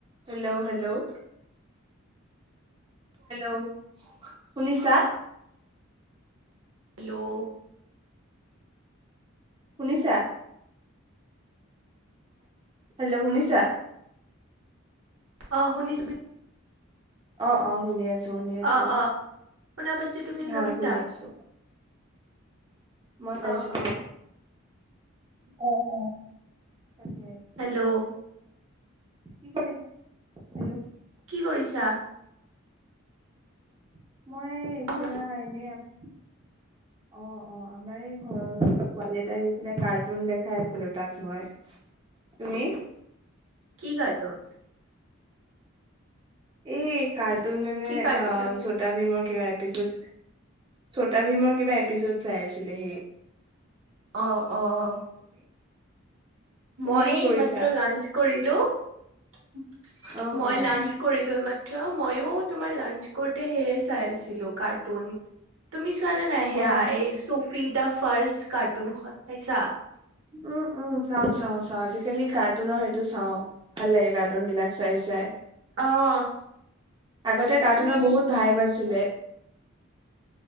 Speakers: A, on the right; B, on the right.
A: Hello hello hello শুনিছা?
B: Hello
A: শুনিছা? Hello শুনিছা?
B: অ শুনিছো তুমি।
A: অ অ শুনি আছো। শুনি আছো
B: অ অ শুনা পাইছো তুমি শুনা
A: হয়
B: পাইছা।
A: শুনি আছো মই পাইছোঁ।
B: অ' অ'
A: অ অ তাকে কি
B: হেল্ল'
A: কয় কি কৰি <unintelligible>
B: কি কৰিছা?
A: <inaudible> এতিয়া
B: অহঞ্চ
A: এনে অ, ' অ', আমাৰ এই ঘৰৰ ওচৰৰ পোৱালি আহিছিলে কাৰ্টুন দেখাই আছিলো তাক মই। তুমি?
B: কি কাৰ্টুন?
A: এই কাৰ্ট তোন মানে
B: কি কাৰ্টুন
A: অ',
B: দেখাইছে
A: ছটা ভীমৰ কিবা এপিছোড ছটা ভীমৰ কিবা এপিছড চাই আছিলেহি।
B: অ', অ'।
A: তুমি
B: মই
A: কি
B: এই
A: কৰিছা
B: মাত্ৰ লাঞ্চ কৰিলো। <unintelligible>
A: অ
B: মই
A: অ
B: লাঞ্চ কৰিলো এইমাত্ৰ। ময়ো তোমাৰ লাঞ্চ কৰি এ, সেয়ে চাইছিলো। কাৰ্টুন, তুমি চোৱা নে নাই সেয়া
A: অ
B: এই চফিত দা ফাৰ্ষ্ট কাৰ্টুনখন চাইছা?
A: উ, উ, চাওঁ, চাওঁ, চাওঁ আজিকালি কাৰ্টুনৰ সেইটো চাওঁ। ভাললাগে কাৰ্টুন বিলাক চাই চাই।
B: অ'।
A: আগতে কাৰ্টুনৰ
B: তুমি এনে
A: বহুত ভাইব আছ চিলে।